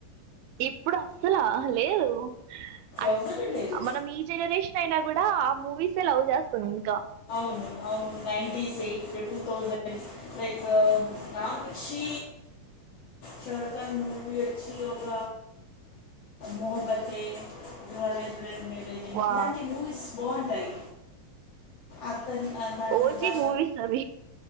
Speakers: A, on the right; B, on the left.
A: ఎప్పుడు అసలా లేదు అ
B: ఎవరు లేరు
A: మనం ఈ జనరేషన్ అయినా కూడా ఆ మూవీస్ే లవ్ చేస్తుంది ఇంకా
B: ను nineties at two thousand like నా వచ్చి షార్ఖాన్ మూవీ వచ్చి ఒక మోహబత్తే దూరాల దూర న
A: వా
B: ఇలాంటి మూవీస్ బాగుంటాయి అతను ఆ దాంట్లో
A: ఓజీ
B: దా
A: మూవీ సభ